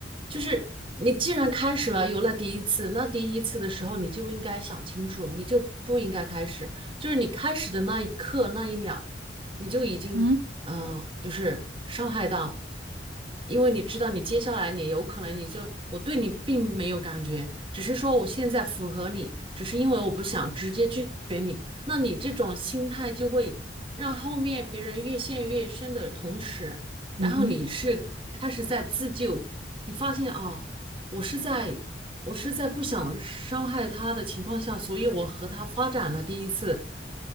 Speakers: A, on the right; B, on the right.
A: 就是你既然开始了，有了第一次，那第一次的时候你就应该想清楚，你就不应该开始。就是你开始的那一刻那一秒，你就已经嗯、
B: 嗯。
A: 呃就是伤害到，因为你知道你接下来你有可能你就我对你并没有感觉，只是说我现在符合你，只是因为我不想直接拒绝你。那你这种心态就会让后面别人越陷越深的同时，
B: 嗯哼，
A: 然后你是开始在自救。你发现哦，我是在我是在不想伤害他的情况下，所以我和他发展了第一次，